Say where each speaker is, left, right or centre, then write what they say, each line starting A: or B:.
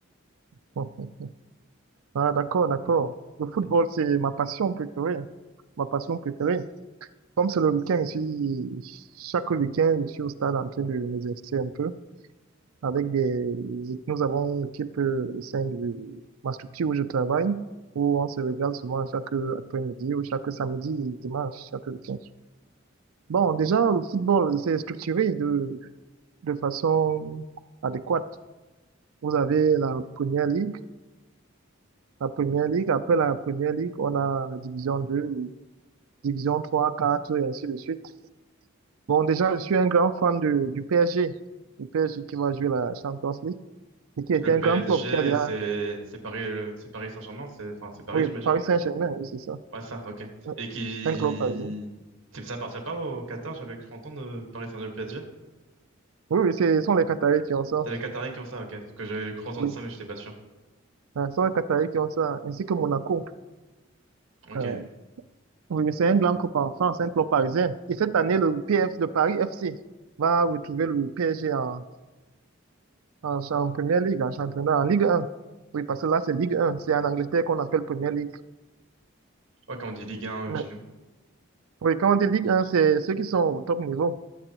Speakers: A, on the right; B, on the right.
A: Bon. Ah, d'accord, d'accord. Le football, c'est ma passion préférée, ma passion préférée. Comme c'est le week-end, je suis, chaque week-end, je suis au stade en train de nous m'exercer un peu. Avec des, nous avons une équipe euh, au sein de ma structure où je travaille, où on se regarde souvent chaque après-midi ou chaque samedi et dimanche, chaque week-end. Bon, déjà, le football, c'est structuré de, de façon adéquate. Vous avez la première ligue, la première ligue, après la première ligue, on a la division 2, division 3, 4 et ainsi de suite. Bon, déjà, je suis un grand fan de, du PSG, le PSG qui va jouer la Champions League, et qui était
B: Le PSG,
A: un grand club qui a déjà,
B: c'est c'est Paris, euh, c'est Paris Saint-Germain, c'est enfin c'est Paris,
A: oui,
B: j'imagine.
A: Paris Saint-Germain, oui, c'est ça.
B: Ouais, ça, ok.
A: Ouais.
B: Et qui...
A: Un club parisien.
B: c'est- Ça appartient pas au Qatar, j'avais cru entendre euh, Paris Saint-Germain PSG.
A: Oui, oui, c'est- ce sont les Qataris qui ont ça.
B: C'est les Qataris qui ont ça, ok. Parce que j'avais cru entendre
A: Oui,
B: ça, mais j'étais pas sûr.
A: Euh, ce sont les Qataris qui ont ça, ainsi que Monaco.
B: Ok.
A: Ah, Oui, mais c'est un blanc club en France, un club parisien. Et cette année, le PF, le Paris FC va retrouver le PSG en, en, en Première Ligue, en championnat, en Ligue 1. Oui, parce que là, c'est Ligue 1. C'est en Angleterre qu'on appelle Première Ligue.
B: Ouais, quand on dit Ligue 1
A: Mais-
B: euh, chez nous.
A: Oui, quand on dit Ligue 1, c'est ceux qui sont au top niveau.